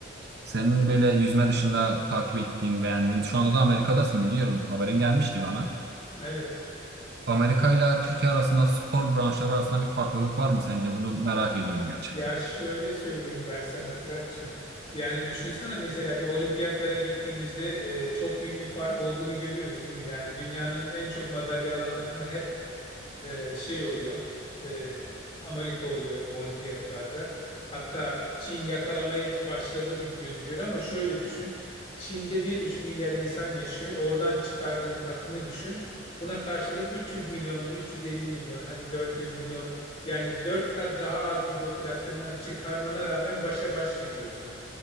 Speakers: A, on the right; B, on the left.
A: Senin böyle yüzme dışında takip ettiğin, beğendiğin, şu anda da Amerika'dasın biliyorum. Haberin gelmişti bana.
B: Evet.
A: Amerika ile Türkiye arasında spor branşları arasında bir farklılık var mı sence? Bunu merak ediyorum gerçekten.
B: Ya şöyle söyleyeyim ben sana Fırat'cığım. Yani düşünsene mesela bir olimpiyatlara gittiğimizde e, çok büyük bir fark olduğunu görüyoruz değil mi? Yani dünyanın en çok madalya alan takımı hep e, şey oluyor. e, Amerika oluyor olimpiyatlarda. Hatta Çin yakalamaya başladı gibi gözüküyor ama şöyle düşün. Çin'de bir buçuk milyar insan yaşıyor. Oradan çıkardığın takımı düşün. Buna karşılık 300 milyonlu 350 milyon hadi 400 milyon yani 4 kat daha az bir popülasyondan çıkarmana rağmen başa baş gidiyorsun.